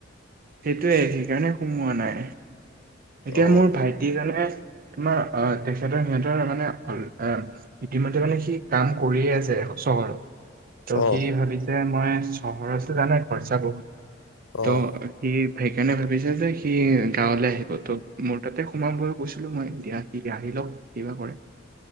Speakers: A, on the right; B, on the left.
A: সেইটোৱে সেইকাৰণে সোমোৱা নাই। এতিয়া
B: অ',
A: মোৰ ভাইটিজনে তোমাৰ অ তেখেতৰ সিহঁতৰ মানে অ ইতিমধ্যে মানে সি কাম কৰিয়ে আছে। চহৰত। ছ
B: অ',
A: সি ভাবিছে মই চহৰতটো জানই খৰচা বহুত।
B: অ',
A: ত' সি সেইকাৰণে ভাবিছে যে সি গাঁৱলে আহিব। ত মোৰ তাতে সোমাম বুলি কৈছিলো মই এতিয়া সি আহি লওক কিবা কৰে।